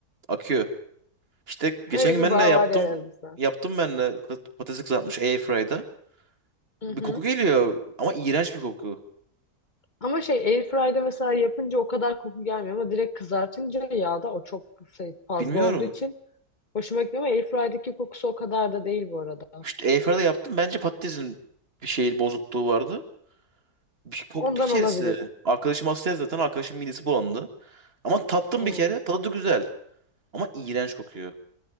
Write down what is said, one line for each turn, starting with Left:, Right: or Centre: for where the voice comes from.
Right: Akıyor. İşte geçen
Left: Öyle
Right: gün
Left: bir
Right: ben
Left: bağ
Right: de yaptım.
Left: var yani aramızda.
Right: Yaptım ben de kı- patates kızartmış airfryer'da.
Left: Hı
Right: Bir
Left: hı.
Right: koku geliyor ama iğrenç bir koku.
Left: Ama şey airfryer'da mesela yapınca o kadar koku gelmiyor ama direkt kızartınca yağda o çok şey, fazla
Right: Bilmiyorum.
Left: olduğu için hoşuma gitmiyor ama airfryer'daki kokusu o kadar da değil bu arada.
Right: İşte airfryer'da yaptım. Bence patatesin bir şey bozukluğu vardı. Bir koktu
Left: Ondan
Right: içerisi.
Left: olabilir.
Right: Arkadaşım hastaya zaten arkadaşım midesi bulandı. Ama tattım
Left: Oo.
Right: bir kere. Tadı da güzel. Ama iğrenç kokuyor.